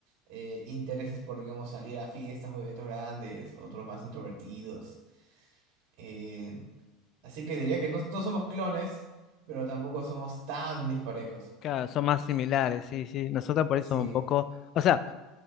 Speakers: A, on the right; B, on the left.
A: eh, intereses por, digamos, salir a fiestas o eventos grandes, otros más introvertidos. eh, Así que diría que no, no somos clones, pero tampoco somos tan disparejos.
B: Claro, son más similares, sí, sí. Nosotros por
A: Sí.
B: eso un poco, o sea,